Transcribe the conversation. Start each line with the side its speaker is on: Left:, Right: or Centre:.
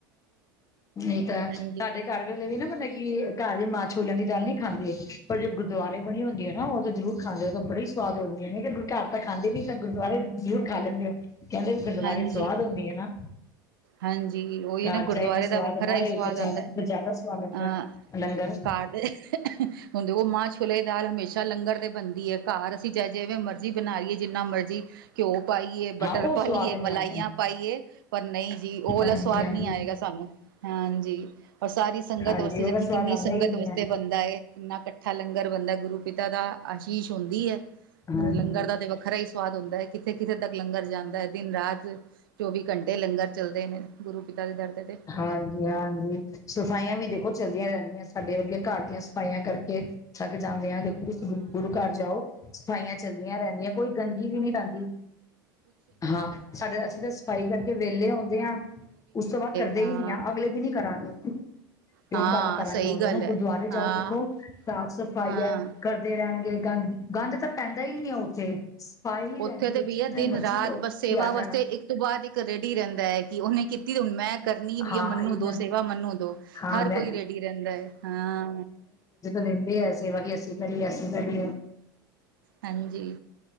Left: ਨਹੀਂ, ਤਾਂ
Right: ਹਾਂਜੀ
Left: ਸਾਡੇ ਘਰ ਵੇਲੇ ਵੀ ਨਾ ਬੰਨੇ ਘਰ ਦੇ ਮਾਂ ਸ਼ੋਲਿਆ ਦੀ ਦਾਲ ਨਹੀਂ ਖਾਂਦੇ। ਪਰ ਜਬ ਗੁਰਦੁਆਰੇ ਬਣੀ ਹੁੰਦੀ ਹੈ, ਨਾ ਉਹ ਤੇ ਜ਼ਰੂਰ ਖਾਂਦੇ। ਉਹ ਤਾਂ ਬੜੀ ਸਵਾਦ ਹੁੰਦੀਆਂ ਨੇ ਘਰ ਤਾਂ ਖਾਂਦੇ ਨੀ, ਤਾਂ ਗੁਰਦੁਆਰੇ ਜ਼ਰੂਰ ਖਾ ਲੈਂਦੇ ਹੋ। ਕਹਿੰਦੇ ਵੀ ਗੁਰਦੁਆਰੇ
Right: ਹਾਂਜੀ
Left: ਸਵਾਦ ਹੁੰਦੀ ਹੈ, ਨਾ
Right: ਹਾਂਜੀ, ਉਹੀ
Left: ਘਰ
Right: ਨਾ
Left: ਚਾਹੇ
Right: ਗੁਰਦੁਆਰੇ
Left: ਇੰਨਾ
Right: ਦਾ
Left: ਸਵਾਦ
Right: ਵੱਖਰਾ
Left: ਨਾ ਹੋਏ
Right: ਹੀ ਸਵਾਦ
Left: ਉਧਰ ਜ਼ਿਆਦਾ
Right: ਆਉਂਦਾ।
Left: ਉੱਧਰ
Right: ਅਹ
Left: ਜ਼ਿਆਦਾ ਸਵਾਦ ਲੱਗਦਾ ਲੰਗਰ
Right: ਘਰ ਦੇ ਹੁੰਦੇ ਉਹ ਮਾਂ ਛੋਲੇ- ਦਾਲ ਹਮੇਸ਼ਾ ਲੰਗਰ ਤੇ ਬਣਦੀ ਹੈ। ਘਰ ਅਸੀਂ ਜੇ ਜਿਵੇਂ ਮਰਜੀ ਬਣਾ ਲਈਏ, ਜਿੰਨਾ ਮਰਜ਼ੀ ਘਿਓ। ਪਾਈਏ ਬਟਰ,
Left: ਹਾਂ ਉਹ
Right: ਪਾਈਏ
Left: ਸਵਾਦ ਨੀ
Right: ਮਲਾਈਆਂ,
Left: ਆਉਂਦਾ
Right: ਪਾਈਏ ਪਰ ਨਹੀਂ। ਜੀ ਉਹ ਵਾਲਾ
Left: ਹਾਂਜੀ
Right: ਸਵਾਦ
Left: ਹਾਂਜੀ
Right: ਨੀ ਆਏਗਾ। ਸਾਨੂੰ ਹਾਂਜੀ, ਔਰ ਸਾਰੀ ਸੰਗਤ
Left: ਹਾਂਜੀ
Right: ਵਾਸਤੇ
Left: ਉਹਦਾ
Right: ਜਦਕਿ,
Left: ਸਵਾਦ
Right: ਕਿੰਨੀ
Left: ਆਉਂਦਾ
Right: ਸੰਗਤ
Left: ਹੀ ਨਹੀਂ
Right: ਵਸਤੇ
Left: ਹੈ।
Right: ਬੰਦਾ ਏ ਕਿੰਨਾ, ਇਕੱਠਾ ਲੰਗਰ ਬੰਦਾ ਗੁਰੂ ਪਿ ਦਾ ਆਸ਼ੀਸ਼ ਹੁੰਦੀ ਹੈ।
Left: ਹਾਂਜੀ
Right: ਲੰਗਰ ਦਾ ਤੇ ਵੱਖਰਾ ਹੀ ਸਵਾਦ ਹੁੰਦਾ ਹੈ।।ਕਿੱਥੇ -ਕਿੱਥੇ ਤੱਕ ਲੰਗਰ ਜਾਂਦਾ। ਦਿਨ -ਰਾਤ ਚੌਵੀ ਘੰਟੇ ਲੰਗਰ ਚੱਲਦੇ ਨੇ। ਗੁਰੂ ਪਿਤਾ ਦੇ ਦਰ ਤੇ ਤੇ
Left: ਹਾਂਜੀ, ਹਾਂਜੀ ਸਫਾਈਆਂ ਵੀ ਦੇਖੋ ਚੱਲਦੀਆਂ ਰਹਿੰਦੀਆਂ। ਸਾਡੇ ਵਰਗੇ ਘਰ ਦੀਆਂ ਸਫਾਈਆਂ ਕਰਕੇ। ਥੱਕ ਜਾਂਦੇ ਆਂ। ਦੇਖੋ ਤੁਸੀਂ ਗੁਰੂ ਘਰ ਜਾਓ। ਸਫਾਈਆਂ ਚੱਲਦੀਆਂ ਰਹਿੰਦੀਆਂ ਕੋਈ ਗੰਦਗੀ ਵੀ ਨਈ ਰਹਿੰਦੀ। ਹਾਂ, ਸਾਡੇ ਅਸੀਂ ਤਾਂ ਸਫਾਈ ਕਰਕੇ ਵਿਹਲੇ ਆਉਂਦੇ ਆਂ। ਉਸ ਤੋਂ ਬਾਅਦ ਕਰਦੇ
Right: ਹਾਂ
Left: ਹੀ ਨਈ ਆ। ਅਗਲੇ ਦਿਨ ਹੀ ਕਰਾਂਗੇ। ਤੇ
Right: ਹਾਂ
Left: ਹੁਣ ਕੱਲ ਕਰਾਂਗੇ
Right: ਸਹੀ
Left: ਹੁਣ
Right: ਗੱਲ
Left: -ਹੁਣ
Right: ਹੈ
Left: ਗੁਰਦੁਆਰੇ
Right: ਹਾਂ
Left: ਜਾਓ। ਦੇਖੋ ਸਾਫ ਸਫਾਇਆਂ
Right: ਹਾਂ
Left: ਕਰਦੇ ਰਹਿਣਗੇ। ਗੰਦ -ਗੰਦ ਤਾਂ ਪੈਂਦਾ ਹੀ ਨਈ ਏ ਉੱਥੇ। ਸਫਾਈ ਹੀ
Right: ਉੱਥੇ
Left: ਰਹਿੰਦੀ
Right: ਤੇ
Left: ਹੈ
Right: ਬਈਆ
Left: ਜਿਤਨਾ
Right: ਦਿਨ
Left: ਮਰਜ਼ੀ
Right: -ਰਾਤ
Left: ਲੋਕ
Right: ਬਸ ਸੇਵਾ
Left: ਆ
Right: ਵਾਸਤੇ
Left: ਜਾਣ
Right: ਇੱਕ ਤੋਂ ਬਾਅਦ ਇੱਕ ਰੇਡੀ ਰਹਿੰਦਾ ਹੈ। ਕਿ ਉਹਨੇ ਕੀਤੀ, ਤੇ ਹੁਣ ਮੈਂ- ਕਰਨੀ ਵੀ
Left: ਹਾਂ
Right: ਹੈ। ਮੰਨੂੰ
Left: ਇੱਕਦਮ
Right: ਦੋ ਸੇਵਾ ਮੰਨੂੰ ਦੋ
Left: ਹਾਂ
Right: ਹਰ
Left: ਮੈਂ
Right: ਕੋਈ ਰੈਡੀ ਰਹਿੰਦਾ ਹੈ। ਹਾਂ
Left: ਕਹਿੰਦੇ ਆ। ਸੇਵਾ ਕਿ ਅਸੀਂ ਕਰੀਏ, ਅਸੀਂ ਕਰੀਏ।
Right: ਹਾਂਜੀ